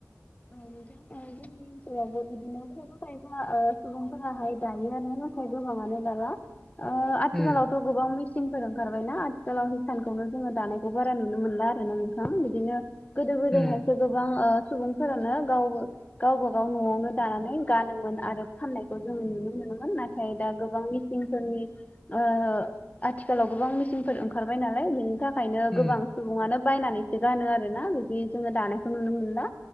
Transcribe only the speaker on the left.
औ नोंथां ओनसोलावबो बिदिनो खायगा खायगा सुबुंफोराहाय दायो आरो नाथाय गोबाङानो दला ओ आथिखालावथ'
गोबां मेचनफोर ओंखारबायनाा आथिखालाव हिसानखौनो जोङो दानायखौ बारा नुनो मोनला आरो ना नोंथां बिदिनो। गोदो गोदायहायसो
गोबां सुबुंफोरानो गाव गावबा गाव न'आवनो दानानै गानोमोन आरो फाननायखौ जोङो नुनो मोनोमोन नाथाय दा गोबां मि सिनफोरनि ओ आथिखालाव गोबां मेचनफोर ओंखारबाय नालाय बेनि थाख ओंखायनो गोबां
सुबुङानो बायनानैसो गानो आरोना बिदि जोङो दानायखौ नुनो मोनला